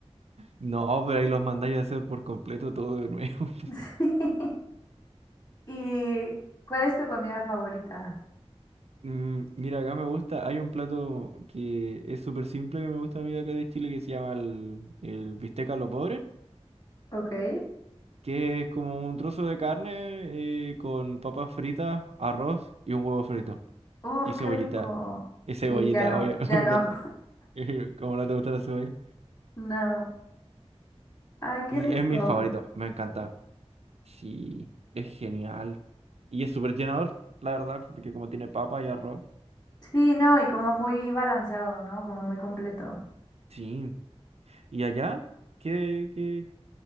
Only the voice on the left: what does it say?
<laughs> ¿Y cuál es tu comida favorita?
Ok.
Uf,
qué rico.
Sí, ya no,
ya
no,
<laughs> no. Ay, qué
rico.
Sí, no, y como muy balanceado, ¿no? Como muy completo.